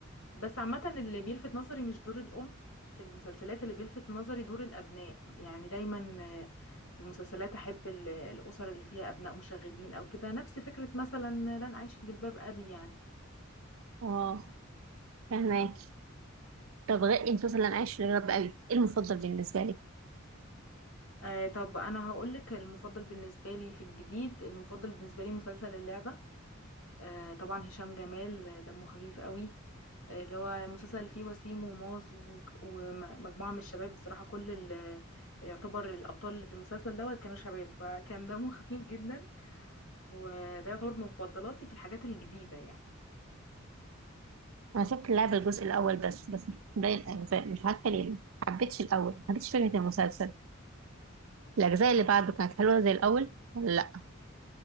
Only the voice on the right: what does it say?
اه فهماك طب غير المسلسل اللي انا عايش في الرب قوي ايه المفضل بالنسبه لي
انا شفت لعبه الجزء الاول بس بس مش باقي الاجزاء مش عارفه ليه ما حبيتش الاول ما حبيتش فكره المسلسل الاجزاء اللي بعده كانت حلوه زي الاول ولا لا